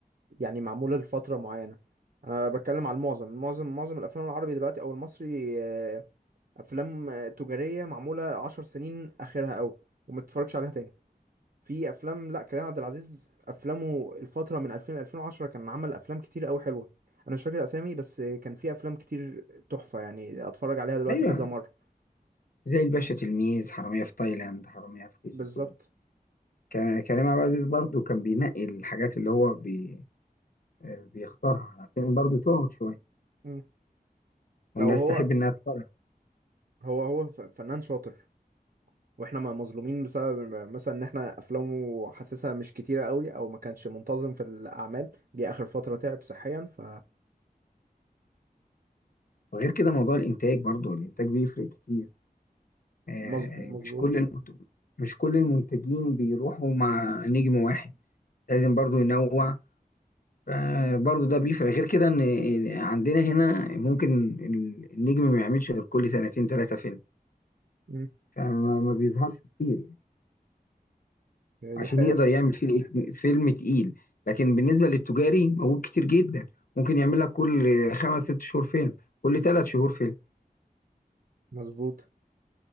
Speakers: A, on the right; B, on the left.
A: يعني معمولة لفترة معينة انا بتكلم على المعظم معظم معظم الافلام العربي دلوقتي او المصري آه، افلام آه، تجارية معمولة عشر سنين اخرها قوي وما تتفرجش عليها تاني في افلام لا كريم عبد العزيز افلامه الفتره من 2000 ل 2010 كان عمل افلام كتير قوي حلوه انا مش فاكر اسامي بس كان في افلام كتير تحفه يعني اتفرج عليها دلوقتي
B: ايوه
A: كذا مره
B: زي الباشا تلميذ حرامية في تايلاند حرامية في كي جي
A: بالظبط
B: 2 ك- كريم عبد العزيز برضو كان بينقي الحاجات اللي هو بي آه، بيختارها عشان برضو تقعد شوية
A: مم.
B: والناس
A: لو هو
B: تحب إنها تتفرج
A: هو هو ف- فنان شاطر واحنا م- مظلومين بسبب م- مثلا ان احنا افلامه حاسسها مش كتيره قوي او ما كانش منتظم في الاعمال جه اخر فتره تعب صحيا ف
B: وغير كده موضوع الإنتاج برضو الإنتاج بيفرق كتير آه،
A: مظ- مظبوط
B: مش كل المنت- مش كل المنتجين بيروحوا مع نجم واحد لازم برضو ينوع فبرضو ده بيفرق غير كده إن إن عندنا هنا ممكن ال- النجم ما يعملش غير كل سنتين ثلاثة فيلم
A: مم.
B: فما ما بيظهرش كتير
A: هي
B: عشان
A: دي حقيقه
B: يقدر
A: فعلا
B: يعمل فيه فيلم تقيل لكن بالنسبة للتجاري موجود كتير جدا ممكن يعمل لك كل خمس ست شهور فيلم كل ثلاث شهور فيلم
A: مظبوط